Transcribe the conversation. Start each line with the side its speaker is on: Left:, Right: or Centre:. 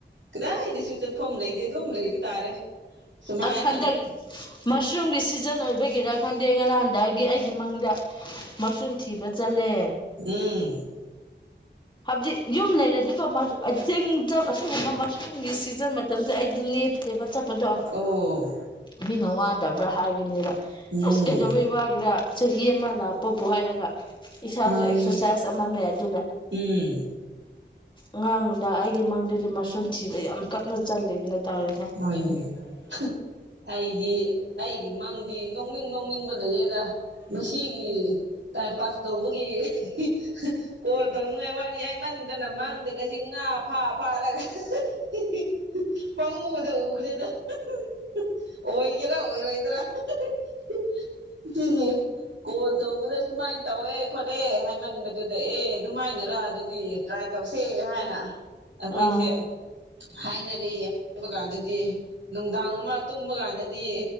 Right: ꯀꯗꯥꯏꯗꯁꯨ ꯆꯠꯐꯝ ꯂꯩꯇꯦ ꯑꯗꯨꯝ ꯂꯩꯕ ꯇꯥꯔꯦ ꯁꯨꯃꯥꯏꯅ
Left: ꯑꯁ ꯍꯟꯗꯛ ꯃꯁꯔꯨꯝꯒꯤ ꯁꯤꯖꯟ ꯑꯣꯏꯕꯒꯤꯔ ꯈꯪꯗꯦ ꯉꯔꯥꯡꯗꯒꯤ ꯑꯩꯒꯤ ꯃꯪꯗ- ꯃꯁꯔꯨꯝ ꯊꯤꯕ ꯆꯜꯂꯦ
Right: ꯎꯝ
Left: ꯍꯧꯖꯤꯛ ꯌꯨꯝ ꯂꯩꯔꯗꯤꯀꯣ ꯃꯁ- ꯑ ꯆꯤꯡ ꯆꯞ ꯑꯁꯤꯒꯨꯝꯕ ꯃꯁꯔꯨꯝꯒꯤ ꯁꯤꯖꯟ ꯃꯇꯝꯁꯦ ꯑꯩꯗꯤ ꯂꯦꯞꯇꯦꯕ ꯆꯠꯄꯗꯣ
Right: ꯑꯣ
Left: ꯃꯤꯅ ꯋꯥꯗꯕ꯭ꯔꯥ ꯍꯥꯏꯒꯅꯦꯕ
Right: ꯎꯝ
Left: ꯑꯁ ꯀꯩꯗꯧꯕꯩ ꯋꯥ- ꯒꯤꯔ ꯆꯍꯤ ꯑꯃ ꯂꯥꯛꯄꯕꯨ ꯍꯥꯏꯔꯒ ꯏꯁꯥꯖꯨ
Right: ꯃꯥꯅꯤ
Left: ꯑꯦꯛꯁꯔꯁꯥꯏꯁ ꯑꯃꯅꯦ ꯑꯗꯨꯅ
Right: ꯎꯝ
Left: ꯉꯔꯥꯡ ꯅꯨꯡꯗꯥꯡ ꯑꯩꯒꯤ ꯃꯪꯗꯖꯨ ꯃꯁꯔꯨꯝ ꯊꯤꯕ ꯌꯥꯝ ꯀꯟꯅ ꯆꯜꯂꯤꯕꯅꯦ ꯇꯧꯔꯤꯁꯦ
Right: ꯍꯣꯏꯅꯦ ꯍꯥ ꯑꯩꯗꯤ ꯑꯩꯒꯤ ꯃꯪꯗꯤ ꯅꯣꯛꯅꯤꯡ ꯅꯣꯛꯅꯤꯡꯕ ꯂꯩꯌꯦꯗ ꯃꯁꯤꯒꯤ ꯇꯥꯏꯝ ꯄꯥꯁ ꯇꯧꯕꯒꯤ ꯏ -ꯍꯤ -ꯍꯥ ꯀꯣꯜ ꯇꯧꯅꯤꯉꯥꯏ ꯋꯥꯔꯤ ꯍꯥꯏꯃꯟꯗꯅ ꯃꯥꯡꯗꯒꯁꯤ ꯉꯥ ꯐꯥ ꯐꯥꯔꯒ ꯑꯥ -ꯍꯥꯍꯥ ꯍꯤꯍꯤ -ꯍꯨꯝ ꯄꯪꯎꯗ ꯎꯒ꯭ꯔꯦꯗ ꯍꯥ -ꯍꯥ ꯑꯣꯏꯒꯦꯔꯥ ꯑꯣꯏꯔꯣꯏꯗꯔꯥ <unintelligible> ꯍꯥ ꯁꯤꯒꯤ ꯀꯣꯜ ꯇꯧꯕꯗ ꯁꯨꯃꯥꯏꯟ ꯇꯧꯑꯦ ꯈꯣꯠꯂꯦ ꯍꯥꯏꯃꯟꯕꯗꯨꯗ ꯑꯦ ꯑꯗꯨꯃꯥꯏꯅꯔ ꯑꯗꯨꯗꯤ ꯇ꯭ꯔꯥꯏ- ꯇꯧꯁꯦ ꯍꯥꯏꯅ ꯑꯩꯈꯣꯏꯁꯦ
Left: ꯑꯥ
Right: ꯍꯥꯏꯅꯔꯦ ꯆꯕ ꯀꯥꯟꯗꯗꯤ ꯅꯨꯡꯗꯥꯡ ꯑꯃ ꯇꯨꯝꯕ ꯀꯥꯟꯗꯗꯤ